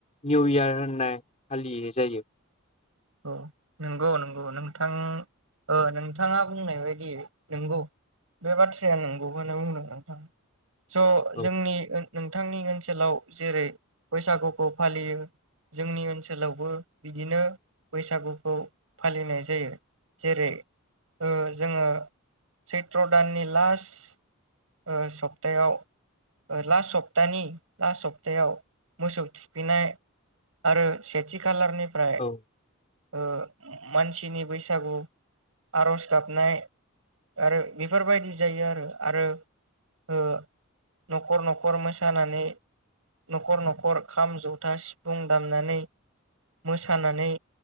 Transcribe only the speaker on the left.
निउ इयार होनना फालिनाय जायो।
औ
औ